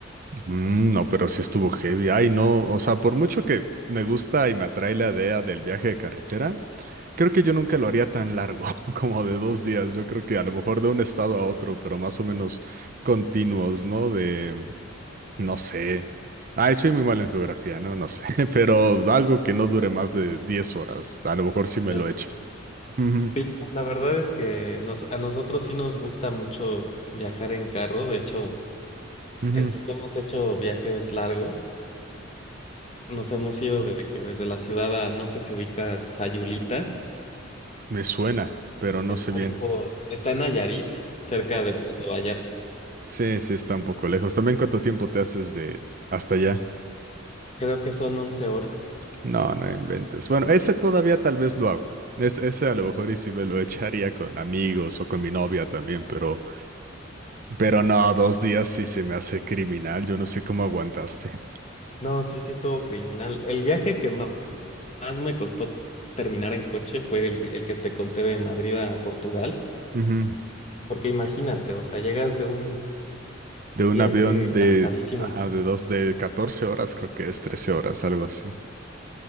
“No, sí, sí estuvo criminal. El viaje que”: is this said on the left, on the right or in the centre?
Left